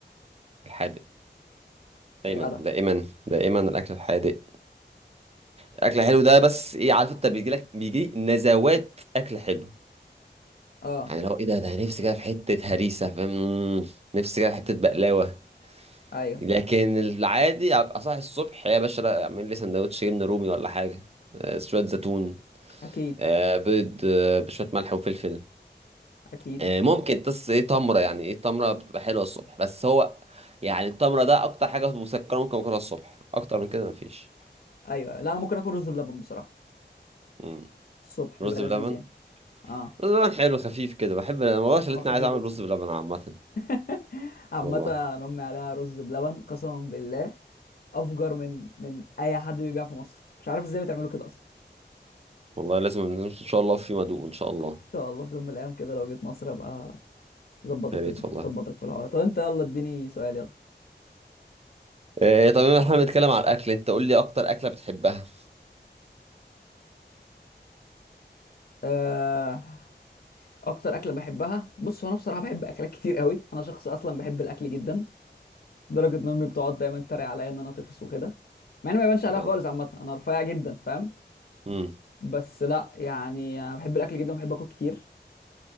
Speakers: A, on the right; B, on the left.
A: الحادق دايما
B: يا
A: دائما
B: جدع
A: دائما الأكل الحادق الأكل الحلو ده بس إيه عارف أنت بيجي لك بيجي نزوات أكل حلو
B: اه
A: يعني لو ايه ده ده نفسي كده في حتة هريسة فاهم مم، نفسي كده في حتة بقلاوة
B: ايوه
A: لكن العادي ابقى صاحي الصبح يا باشا لا، اعمل لي سندوتش جبنة رومي ولا حاجة آه، شوية زيتون
B: اكيد
A: آه، بيض آه، بشوية ملح وفلفل
B: اكيد
A: آه، ممكن تص ايه تمرة يعني ايه تمرة بتبقى حلوة الصبح بس هو يعني التمرة ده اكتر حاجة مسكرة ممكن اكلها الصبح اكتر من كده مفيش
B: ايوه أيوة. لا انا ممكن اكل رز بلبن بصراحه
A: مم.
B: الصبح بيبقى
A: رز
B: لذيذ
A: بلبن
B: يعني اه
A: رز بلبن حلو خفيف كده بحب انا والله خلتني
B: هو خفيف
A: عايز اعمل
B: جدا
A: رز بلبن عامة
B: <laughs> عامه
A: والله
B: أنا امي عليها رز بلبن قسما بالله افجر من من اي حد بيبيع في مصر مش عارف ازاي بتعملوا كده اصلا
A: والله لازم ان شاء الله في مدوق ان شاء الله
B: ان شاء الله في يوم من الايام كده لو جيت مصر ابقى ظبطك
A: يا ريت والله
B: ظبطك في الحوار طب انت يلا اديني سؤال يلا
A: إيه طب احنا بنتكلم على الاكل انت قول لي اكتر اكله بتحبها
B: آه، اكتر اكله بحبها بص هو انا بصراحه بحب اكلات كتير قوي انا شخص اصلا بحب الاكل جدا لدرجه ان امي بتقعد دايما تتريق عليا ان انا طفل وكده مع انه ما يبانش عليا
A: اه
B: خالص عامه انا رفيع جدا فاهم
A: امم
B: بس لا يعني انا بحب الاكل جدا وبحب اكل كتير